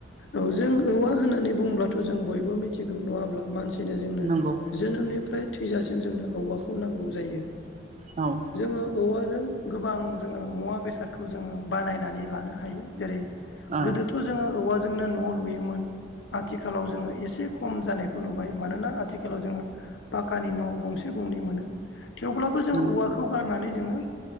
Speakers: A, on the left; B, on the right.
A: औ जों औवा होननानै बुंब्लाथ' जों बयबो मिथिगौ नंङा होमब्ला मानसि बिदिनो जोंनो
B: नंगौ
A: जोनोमनिफ्राय थैजासिम जोंनो औवाखौ नांगौ जायो।
B: औ
A: जोंङो औवाजों गोबां जोंङो मुवा बेसादखौ जोंङो बानायनानै लानो हायो। जेरै
B: औ
A: गोदोथ' जोंङो औवाजोंनो न' लुयोमोन। आथिखालाव जोंङो एसे खम जानायखौ नुबाय मानोना आथिखालाव जोंङो पाकानि न' गंसे गंनै मोनो थेवब्लाबो जों
B: नंगौ
A: औवाखौ गारनानै जोंङो